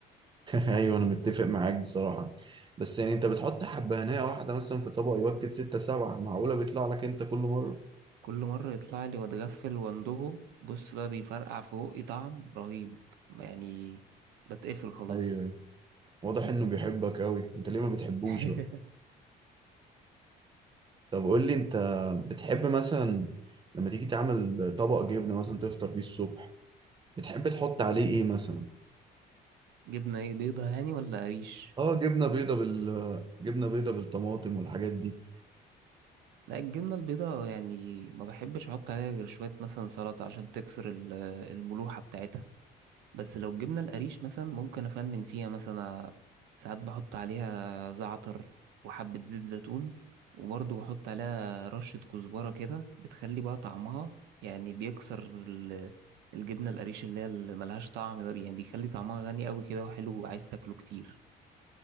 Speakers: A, on the right (about 30°); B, on the right (about 85°).
A: ايوه انا متفق معاك بصراحه بس يعني انت بتحط حبهانيه واحده مثلا في طبق يوكل ستة سبعة معقوله بيطلع لك انت كل مره
B: كل مرة يطلع لي واتغفل واندوجه بص بقى بيفرقع في بقي طعم رهيب يعني بتقفل خلاص
A: ايوه واضح انه بيحبك قوي انت ليه ما بتحبوش
B: <laughs>
A: بقى طب قول لي انت بتحب مثلا لما تيجي تعمل طبق جبنه مثلا تفطر بيه الصبح بتحب تحط عليه ايه مثلا
B: جبنة ايه بيضة يعني ولا قريش
A: اه جبنه بيضه بال جبنه بيضه بالطماطم والحاجات دي
B: لا الجبنة البيضة يعني ما بحبش احط عليها غير شوية مثلا سلطة عشان تكسر ال- الملوحة بتاعتها بس لو جبنا القريش مثلا ممكن أفنن فيها مثلا ساعات بحط عليها زعتر وحبة زيت زيتون وبرضه بحط عليها رشة كزبرة كده بتخلي بقى طعمها يعني بيكسر ال- الجبنة القريش اللي هي اللي ملهاش طعم ده يعني بيخلي طعمها غني قوي كده وحلو وعايز تاكله كتير